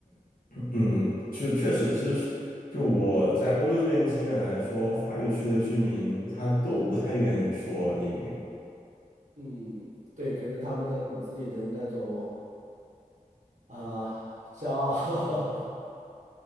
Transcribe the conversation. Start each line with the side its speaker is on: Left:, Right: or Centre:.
Left: 嗯，是确实，其实是就我在欧洲这边经验来说，法语区的居民他都不太愿意说英语。
Right: 嗯，对，可能他们的骨子里的那种啊，骄傲